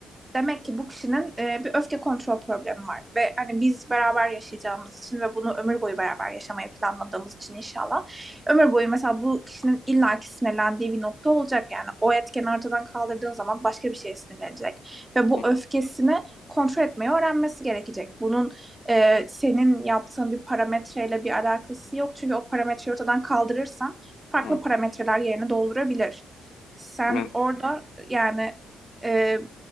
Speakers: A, on the right; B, on the left.
A: demek ki bu kişinin e, bir öfke kontrol problemi var. Ve hani biz beraber yaşayacağımız için ve bunu ömür boyu beraber yaşamayı planladığımız için inşallah ömür boyu mesela bu kişinin illaki sinirlendiği bir nokta olacak. Yani o etkeni ortadan kaldırdığın zaman başka bir şeye sinirlenecek. Ve bu
B: hı,
A: öfkesini kontrol etmeyi öğrenmesi gerekecek. Bunun e, senin yaptığın bir parametreyle bir alakası yok. Çünkü o parametreyi ortadan kaldırırsan farklı
B: hı.
A: parametreler yerini doldurabilir. Sen
B: Ben,
A: orada yani e,